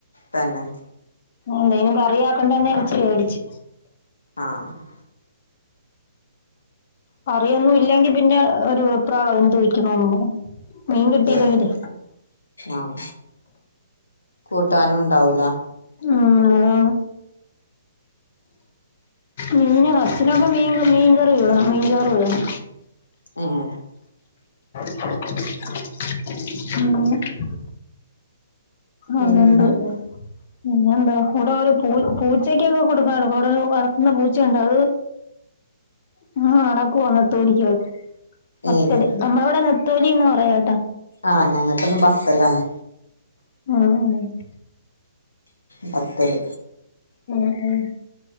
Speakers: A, on the left (about 85°); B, on the left (about 45°).
A: തന്നെ.
B: എന്തേലും കറിയാക്കണ്ടേന്നു വച്ചു മേടിച്ച്.
A: ആഹ്
B: കറിയൊന്നും ഇല്ലെങ്കി പിന്നെ ഒരു വെപ്രാളാ എന്തു വയ്ക്കണോന്നും പറഞ്ഞ്. മീൻ കിട്ടില്ലെങ്കിലേ.
A: അതെ ആഹ് കൂട്ടാനും ഉണ്ടാവൂല.
B: ഉം അതാണ്‌. മീൻ അച്ഛനോക്കെ മീൻ മീൻകറി വേണം മീൻചാറു വേണം.
A: ആഹ്
B: ഉം
A: പിന്നെന്താ
B: അതൊണ്ട് പിന്നെന്താ ഇവിടെ ഒരു പൂ പൂച്ചക്കൊക്കെ കൊടുക്കാല്ലോ ഇവിടൊരു വളർത്തുന്ന പൂച്ചയുണ്ട് അത് ആഹ് നടക്കുവാ നെത്തോലിക്കായി നെത്തല്,
A: ഏഹ്
B: നമ്മളവിടെ നെ നത്തോലിന്നാ പറയാ കേട്ടോ.
A: ആഹ് ഞങ്ങക്കെന്നും ബത്തലാണ്.
B: ഉം.
A: ബത്തല്.
B: ഉം ഉം